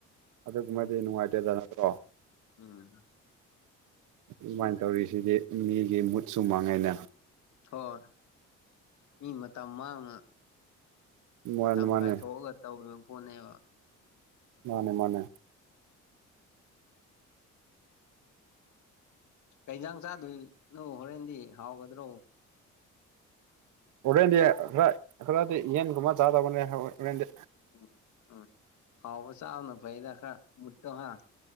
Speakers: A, on the right (about 80°); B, on the left (about 70°).
A: ꯑꯗꯨꯒꯨꯝꯕꯗꯤ
B: ꯎꯝ
A: ꯅꯨꯡꯉꯥꯏꯇꯦꯗꯅꯀꯣ
B: ꯎꯝ
A: ꯑꯗꯨꯃꯥꯏꯟ ꯇꯧꯔꯤꯁꯤꯗꯤ ꯃꯤꯒꯤ ꯃꯨꯠꯁꯨ ꯃꯥꯡꯉꯦꯅꯦ
B: ꯍꯣꯏ ꯃꯤ ꯃꯇꯝ ꯃꯥꯡꯅ
A: ꯃꯥꯅꯦ
B: ꯃꯇꯝ
A: ꯃꯥꯅꯦ
B: ꯀꯥꯏꯊꯣꯛꯑꯒ ꯇꯧꯔꯤꯕ ꯄꯣꯠꯅꯦꯕ
A: ꯃꯥꯅꯦ ꯃꯥꯅꯦ
B: ꯀꯩ ꯏꯟꯖꯥꯡ ꯆꯥꯗꯣꯏ ꯅꯣ ꯍꯣꯔꯦꯟꯗꯤ ꯍꯥꯎꯒꯗ꯭ꯔꯣ
A: ꯍꯣꯔꯦꯟꯗꯤ ꯈꯔ ꯈꯔꯗꯤ ꯌꯦꯟꯒꯨꯝꯕ ꯆꯥꯗꯕꯅꯦ <unintelligible> ꯍꯣꯔꯦꯟꯗꯤ
B: ꯎꯝ ꯎꯝ ꯍꯥꯎꯕ ꯆꯥꯕꯅ ꯐꯩꯗ ꯈꯔ ꯃꯨꯠꯇꯣ ꯍꯥꯥ